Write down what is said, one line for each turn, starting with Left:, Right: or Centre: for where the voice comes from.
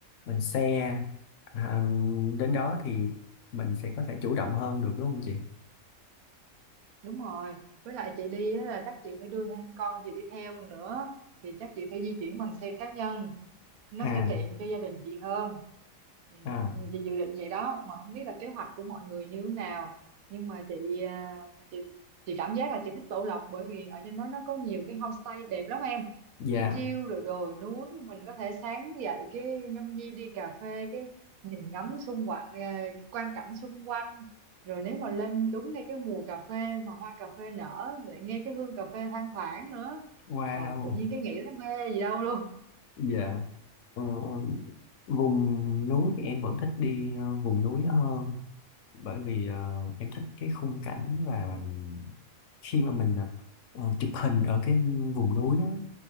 Left: bằng xe ờ, đến đó thì mình sẽ có thể chủ động hơn được đúng không chị?
Right: đúng rồi với lại chị đi á là chắc chị phải đưa thêm con chị đi theo nữa thì chắc chị phải di chuyển bằng xe cá nhân nó
Left: À
Right: sẽ tiện cho gia đình chị hơn ừ.
Left: à
Right: ừ, chị dự định vậy đó mà không biết là kế hoạch của mọi người như thế nào nhưng mà chị à, chị chị cảm giác là chị thích Tổ Lộc bởi vì ở trên đó nó có nhiều cái homestay đẹp lắm em
Left: dạ
Right: chiêu chiêu rồi đồi núi mình có thể sáng dậy cái nhâm nhi đi cà phê cái nhìn ngắm xung quanh à, cái quang cảnh xung quanh rồi nếu mà lên đúng ngay cái mùa cà phê mà hoa cà phê nở lại nghe cái hương cà phê thoang thoảng nữa
Left: wow
Right: rồi tự nhiên cái nghĩ thấy mê gì đâu luôn
Left: dạ Ờ, vùng núi thì em vẫn thích đi ờ, vùng núi đó hơn bởi vì ờ, em thích cái khung cảnh và khi mà mình ờ, ờ, chụp hình ở cái vùng núi á